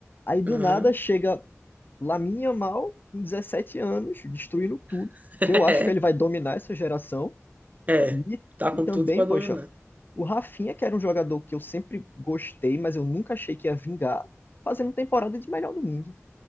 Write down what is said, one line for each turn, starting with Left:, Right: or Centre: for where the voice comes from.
Left: Aí do
Right: Uhum.
Left: nada chega Lamine Yamal, com 17 anos, destruindo tudo,
Right: <laughs> é,
Left: que eu acho que ele vai dominar essa geração.
Right: é,
Left: E,
Right: tá com
Left: e também,
Right: tudo para
Left: poxa,
Right: dominar.
Left: o Rafinha, que era um jogador que eu sempre gostei, mas eu nunca achei que ia vingar, fazendo temporada de melhor do mundo.